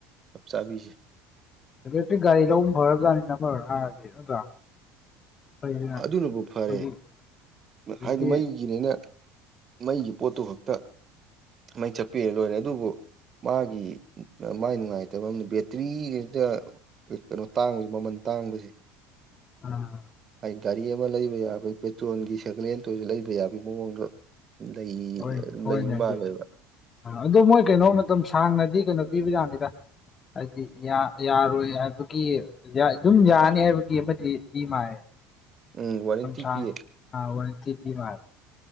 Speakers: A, on the right; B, on the left.
A: ꯆꯞ ꯆꯥꯕꯤꯁꯦ
B: ꯏꯂꯦꯛꯇ꯭ꯔꯤꯛ ꯒꯥꯔꯤ ꯂꯧꯕꯅ ꯐꯔꯖꯠꯅꯤꯗ ꯑꯃꯔꯣꯝ ꯍꯥꯏꯔꯗꯤ ꯅꯠꯇ꯭ꯔꯥ ꯑꯩꯈꯣꯏꯁꯤꯅ
A: ꯑꯗꯨꯅꯕꯨ
B: ꯑꯩꯈꯣꯏꯒꯤ
A: ꯐꯔꯦ
B: ꯍꯧꯖꯤꯛꯀꯤ
A: ꯍꯥꯏꯗꯤ ꯃꯩꯒꯤꯅꯤꯅ ꯃꯩꯒꯤ ꯄꯣꯠꯇꯨ ꯈꯛꯇ ꯃꯩ ꯆꯠꯄꯤꯔ ꯂꯣꯏꯔꯦ ꯑꯗꯨꯕꯨ ꯃꯥꯒꯤ ꯃꯥꯏ ꯅꯨꯡꯉꯥꯏꯇꯕ ꯑꯃꯅ ꯕꯦꯇ꯭ꯔꯤ ꯍꯦꯛꯇ ꯀꯩꯅꯣ ꯇꯥꯡꯕꯁꯦ ꯃꯃꯜ ꯇꯥꯡꯕꯁꯦ
B: ꯑꯥ
A: ꯑꯩ ꯒꯥꯔꯤ ꯑꯃ ꯂꯩꯕ ꯌꯥꯕꯒꯤ ꯄꯦꯇ꯭ꯔꯣꯜꯒꯤ ꯁꯥꯏꯀꯜ ꯍꯦꯟꯇ ꯑꯣꯏꯁꯨ ꯂꯩꯕ ꯌꯥꯕꯒꯤ ꯃꯑꯣꯡꯗꯣ ꯂꯩ
B: ꯍꯣꯏ ꯍꯣꯏꯅꯦ
A: ꯂꯩ ꯃꯥꯜꯂꯦꯕ
B: ꯑꯗꯨ ꯑꯗꯣ ꯃꯣꯏ ꯀꯩꯅꯣ ꯃꯇꯝ ꯁꯥꯡꯅꯗꯤ ꯀꯩꯅꯣ ꯄꯤꯕ ꯖꯠꯅꯤꯗ ꯍꯥꯏꯗꯤ ꯌꯥꯔꯣꯏ ꯍꯥꯏꯕꯒꯤ ꯑꯗꯨꯝ ꯌꯥꯅꯤ ꯍꯥꯏꯕꯒꯤ ꯑꯃꯗꯤ ꯄꯤ ꯃꯥꯜꯂꯦ
A: ꯎꯝ ꯋꯥꯔꯦꯟꯇꯤ
B: ꯃꯇꯝ ꯁꯥꯡꯅ
A: ꯄꯤꯌꯦ
B: ꯑ ꯋꯥꯔꯦꯟꯇꯤ ꯄꯤ ꯃꯥꯜꯂꯦ